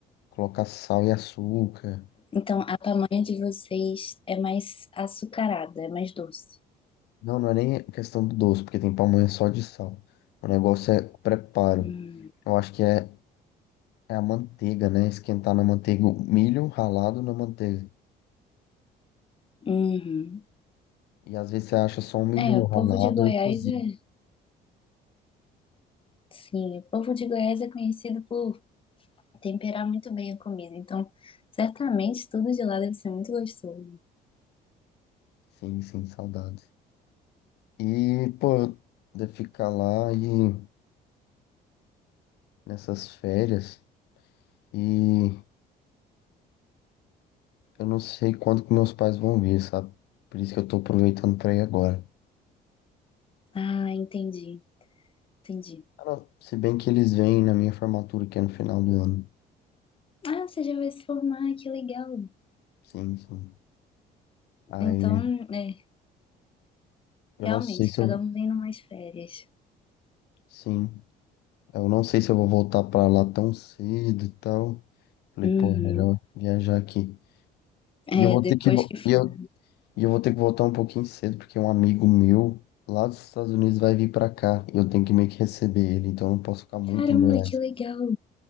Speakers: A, on the left; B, on the left.
A: colocar sal e açúcar.
B: Então a pamonha de vocês é mais açucarada, é mais doce.
A: Não, não é nem questão do doce, porque tem pamonha só de sal. O negócio é o preparo.
B: Hum.
A: Eu acho que é, é a manteiga, né? Esquentar na manteiga, o milho ralado na manteiga.
B: Uhum.
A: E às vezes você acha só um milho
B: É, o
A: ralado
B: povo de Goiás
A: ou cozido.
B: é, sim, o povo de Goiás é conhecido por temperar muito bem a comida, então certamente tudo de lá deve ser muito gostoso.
A: Sim, sim, saudade. E, pô, de ficar lá e nessas férias e Eu não sei quando que meus pais vão vir, sabe? Por isso que eu tô aproveitando pra ir agora.
B: Ah, entendi, entendi.
A: Cara, se bem que eles vêm na minha formatura, que é no final do ano.
B: Ah, você já vai se formar, que legal.
A: Sim, sim. Aí
B: Então, é,
A: eu
B: realmente,
A: não sei se
B: cada
A: eu.
B: um vem numas férias.
A: Sim. Eu não sei se eu vou voltar pra lá tão cedo e tal. Falei,
B: Uhum.
A: pô, é melhor viajar aqui. E eu
B: É,
A: vou ter
B: depois
A: que. vo-
B: que
A: E
B: for.
A: eu, e eu vou ter que voltar um pouquinho cedo, porque um amigo meu lá dos Estados Unidos vai vir pra cá. E eu tenho que meio que receber ele, então eu não posso ficar muito
B: Caramba,
A: em Goiás.
B: que legal.